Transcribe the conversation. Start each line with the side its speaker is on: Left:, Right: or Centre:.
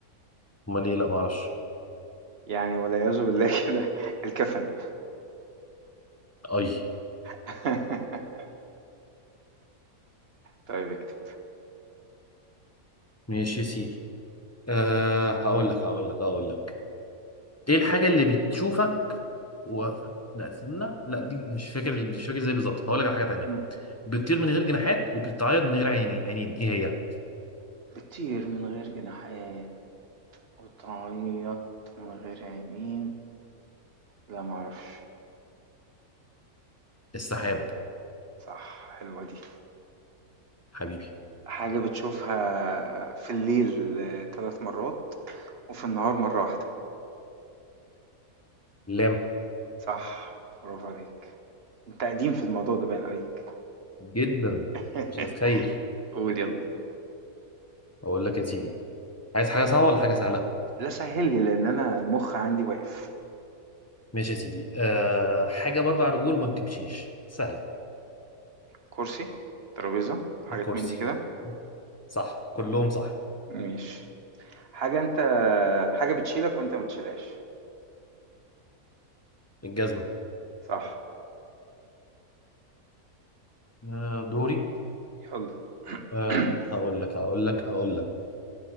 Left: امال ايه لا ما اعرفش
Right: يعني والعياذ بالله <laughs> كده الكفن
Left: اي
Right: <laughs> طيب اكتب
Left: ماشي يا سيدي أه هقول لك هقول لك هقول لك ايه الحاجة اللي بتشوفك و... لا استنى لا دي مش فاكر مش فاكر ازاي بالظبط هقول لك على حاجة تانية
Right: مم.
Left: بتطير من غير جناحات وبتتعيط من غير عينين عينين ايه هي؟
Right: بتطير من غير جناحات وتعيط من غير عينين لا معرفش
Left: السحاب
Right: صح حلوة دي
Left: حبيبي
Right: حاجة بتشوفها في الليل آه، ثلاث مرات وفي النهار مرة واحدة
Left: لام
Right: صح برافو عليك انت قديم في الموضوع ده باين عليك
Left: جدا
Right: <laughs>
Left: مش هتتخيل
Right: قول يلا
Left: اقول لك يا سيدي عايز حاجة صعبة ولا حاجة سهلة؟
Right: لا سهل لي لان انا المخ عندي واقف
Left: ماشي يا سيدي أه حاجة بأربع رجول ما بتمشيش سهلة
Right: كرسي ترابيزة حاجات
Left: الكرسي
Right: من دي كده
Left: صح كلهم صح
Right: ماشي حاجة انت حاجة بتشيلك وانت ما بتشيلهاش
Left: الجزمة
Right: صح
Left: أه دوري
Right: يلا
Left: أه
Right: <clears throat>
Left: هقول لك هقول لك هقول لك